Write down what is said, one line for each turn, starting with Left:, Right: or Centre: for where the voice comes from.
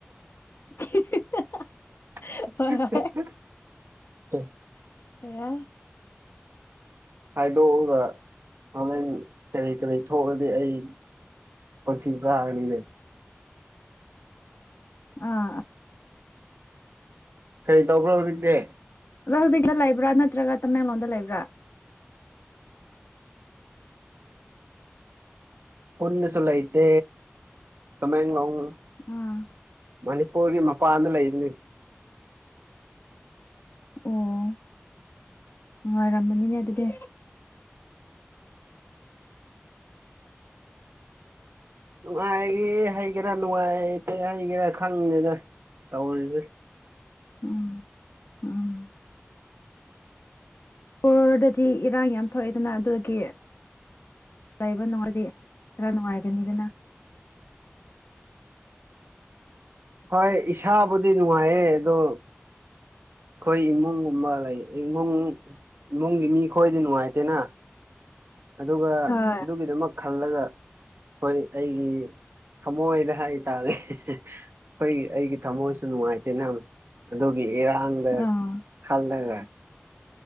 Left: <unintelligible>
Right: <unintelligible>
Left: ꯍꯣꯏ ꯍꯣꯏ ꯏꯃꯩ
Right: ꯍꯥꯏꯗꯣꯛꯑꯒ ꯍꯣꯔꯦꯟ ꯀꯔꯤ ꯀꯔꯤ ꯊꯣꯛꯑꯗꯤ ꯑꯩ ꯈꯣꯟꯊꯤ ꯆꯥꯔꯥꯅꯤꯅꯦ
Left: ꯑꯥ
Right: ꯀꯩ ꯇꯧꯕ꯭ꯔꯣ ꯍꯧꯖꯤꯛꯇꯤ
Left: ꯑꯗꯣ ꯍꯧꯖꯤꯛꯇꯥ ꯂꯩꯕ꯭ꯔꯥ ꯅꯠꯇ꯭ꯔꯒ ꯇꯃꯦꯡꯂꯣꯡꯗ ꯂꯩꯕ꯭ꯔꯥ
Right: ꯄꯨꯟꯅꯁꯨ ꯂꯩꯇꯦ ꯇꯃꯦꯡꯂꯣꯡ
Left: ꯑꯥ
Right: ꯃꯅꯤꯄꯨꯔꯒꯤ ꯃꯄꯥꯟꯗ ꯂꯩꯕꯅꯤ
Left: ꯑꯣ ꯅꯨꯡꯉꯥꯏꯔꯝꯒꯅꯤꯅꯦ ꯑꯗꯨꯗꯤ
Right: ꯅꯨꯡꯉꯥꯏꯉꯦ ꯍꯩꯒꯦꯔꯥ ꯅꯨꯡꯉꯥꯏꯇꯦ ꯍꯩꯒꯦꯔꯥ ꯈꯪꯗꯦꯗ ꯇꯧꯔꯤꯁꯦ
Left: ꯎꯝ ꯎꯝ ꯄꯨꯔꯗꯗꯤ ꯏꯔꯥꯡ ꯌꯥꯝ ꯊꯣꯛꯑꯦꯗꯅ ꯑꯗꯨꯗꯒꯤ ꯂꯩꯕ ꯅꯣꯏꯗꯤ ꯈꯔ ꯅꯨꯡꯉꯥꯏꯒꯅꯤꯗꯅ
Right: ꯍꯣꯏ ꯏꯁꯥꯕꯨꯗꯤ ꯅꯨꯡꯉꯥꯏꯌꯦ ꯑꯗꯣ ꯑꯩꯈꯣꯏ ꯏꯃꯨꯡꯒꯨꯝꯕ ꯂꯩ ꯏꯃꯨꯡ ꯏꯃꯨꯡꯒꯤ ꯃꯤ ꯈꯣꯏꯗꯤ ꯅꯨꯡꯉꯥꯏꯇꯦꯅ ꯑꯗꯨꯒ
Left: ꯍꯣꯏ
Right: ꯑꯗꯨꯒꯤꯗꯨꯃꯛ ꯈꯜꯂꯒ ꯍꯣꯏ ꯑꯩꯒꯤ ꯊꯃꯣꯏꯗ ꯍꯥꯏꯇꯥꯔꯦ ꯍꯣꯏ ꯑꯩꯒꯤ ꯊꯝꯃꯣꯏꯁꯦ ꯅꯨꯡꯉꯥꯏꯇꯦꯅ ꯑꯗꯨꯒꯤ ꯏꯔꯥꯡꯗ
Left: ꯑꯥ
Right: ꯈꯜꯂꯒ